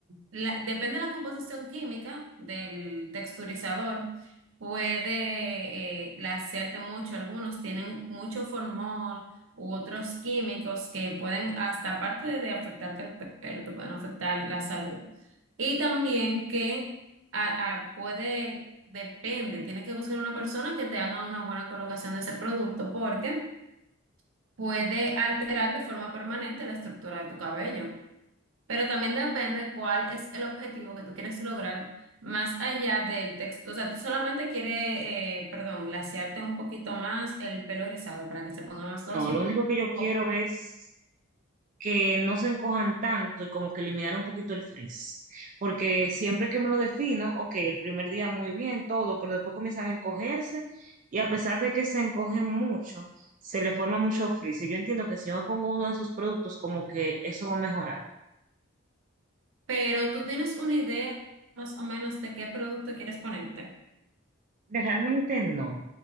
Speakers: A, on the right; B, on the right.
A: la- depende de la composición química del texturizador, puede eh, lacearte mucho, algunos tienen mucho formol u otros químicos que pueden hasta aparte de afectarte el pelo, te pueden afectar la salud. Y también que a- a- puede, depende, tienes que buscar una persona que te haga una buena colocación de ese producto porque puede alterar de forma permanente la estructura de tu cabello. Pero también depende cuál es el objetivo que tú quieres lograr más allá del texto. O sea, tú solamente quieres, eh, perdón, glasearte un poquito más el pelo rizado para que se ponga más dócil.
B: No, lo único que yo quiero
A: O-
B: es que no se encojan tanto y como que eliminar un poquito el frizz. Porque siempre que me lo defino, ok, el primer día muy bien, todo, pero después comienzan a encogerse y a pesar de que se encogen mucho, se le forma mucho frizz. Y yo entiendo que si yo me pongo uno de esos productos, como que eso va a mejorar.
A: pero tú tienes una idea más o menos de qué producto quieres ponerte.
B: Realmente no.